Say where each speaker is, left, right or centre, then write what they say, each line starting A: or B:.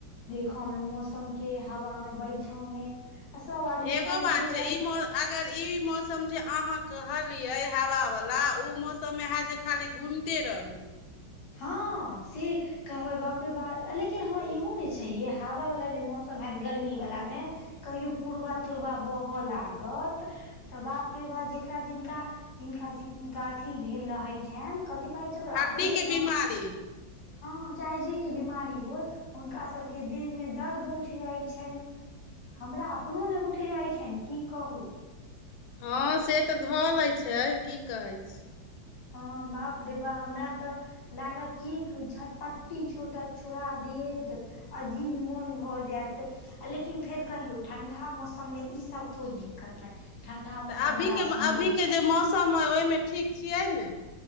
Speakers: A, on the left; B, on the left.
A: देखऽ मे मौसम के हवा मे बैठऽ मे आ सब आदमी
B: एगो
A: संघे
B: बात छै
A: रै
B: ई अगर इ मौसम जे अहाॅं कहलियै हावा वला उ मौसम मे ह जे खाली घूमते रही
A: हँ से कहबै बाप रे बा लेकिन हँ इहो नय छै ए हवावला जे मौसम हैत गर्मीवला मे कहियो पुरबा तुुरबा बहय लागत तऽ बाप रे बा जकरा जिनका जिनका जिनका अथि भेल रहै छैन कथि कहै छै ओकरा आ
B: हड्डी
A: प्रेस
B: के बीमारी
A: हँ चाहे जे के बीमारी होय हुनका सभके देह मे दर्द उठ जाइ छैन हमरा अपनो ने उठि जाइत छनि की कहू
B: हॅं से तऽ धऽ लै छै की कहै छी
A: हँ बाप रे बा हमरा तऽ लागत की झटपट्टी छोटा छुरा देत अजीब मन भऽ जायत आ लेकिन फेर कहियौ ठंडा मौसम मे ई सब कोइ दिक्कत नहि ठण्डा मौसम
B: तऽ अभी
A: बड़ा
B: के
A: सुन्दर
B: अभी के जे मौसम अए ओहिमे ठीक छियै ने